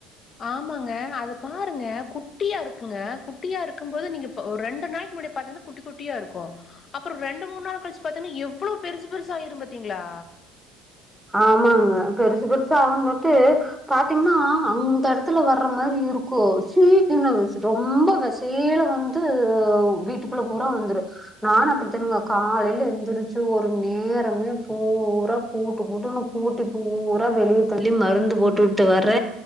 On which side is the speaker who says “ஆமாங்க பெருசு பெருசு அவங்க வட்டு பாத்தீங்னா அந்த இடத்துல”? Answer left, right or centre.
Centre